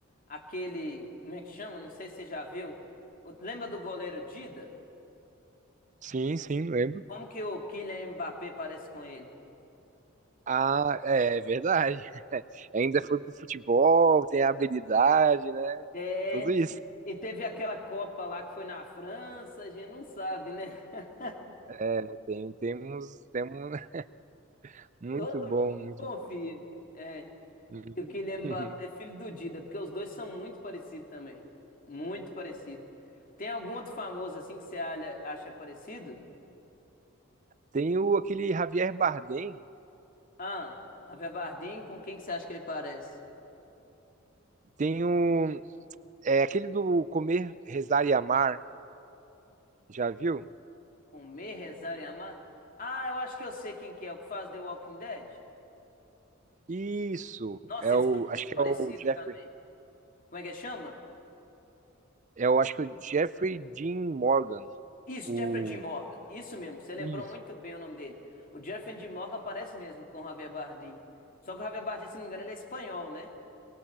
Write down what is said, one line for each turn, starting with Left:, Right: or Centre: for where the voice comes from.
Left: aquele, como é que chama? Não sei se você já viu. O- lembra do goleiro Dida?
Right: Sim, sim, lembro.
Left: Como que o Kylian Mbappé parece com ele?
Right: Ah, é, é verdade. Ainda foi pro futebol, tem a habilidade, né?
Left: É,
Right: Tudo isso.
Left: e teve aquela Copa lá que foi na França, a gente não sabe, né? <laughs>
Right: É, tem, temos, temos <laughs> muito
Left: Todo
Right: bom,
Left: mundo
Right: muito
Left: desconfia.
Right: bom.
Left: É,
Right: Uhum.
Left: que o Kylian Mbappé
Right: <laughs>
Left: é filho do Dida, porque os dois são muito parecidos também. Muito parecido. Tem algum outro famoso assim que você alha- acha parecido?
Right: Tem o aquele Javier Bardem,
Left: Ah, Javier Bardem, com quem que você acha que ele parece?
Right: tem o é aquele do Comer, Rezar e Amar, já viu?
Left: Comer, rezar e amar. Ah, eu acho que eu sei quem que é, o que faz The Walking Dead.
Right: Isso,
Left: Nossa,
Right: é
Left: eles
Right: o,
Left: são muito
Right: acho que
Left: parecidos
Right: é o Jeffrey,
Left: também. Como é que chama?
Right: é o, acho que é o Jeffrey Dean Morgan,
Left: Isso,
Right: o,
Left: Jeffrey Dean Morgan. Isso mesmo, você lembrou
Right: Isso.
Left: muito bem o nome dele. O Jeffrey Dean Morgan parece mesmo com o Javier Bardem. Só que o Javier Bardem, se não me engano, ele é espanhol, né?